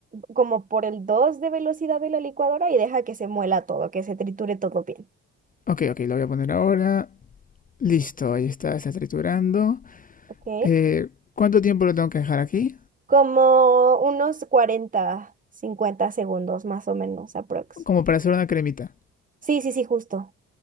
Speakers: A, on the right; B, on the left.
A: como por el 2 de velocidad de la licuadora y deja que se muela todo, que se triture todo bien.
B: Ok, ok, lo voy a poner ahora. Listo,
A: Sí.
B: ahí está, está triturando.
A: Ok,
B: Eh, ¿cuánto tiempo lo tengo que dejar aquí?
A: como unos 40, 50 segundos más o menos, aprox.
B: Como para hacer una cremita.
A: Sí, sí, sí, justo.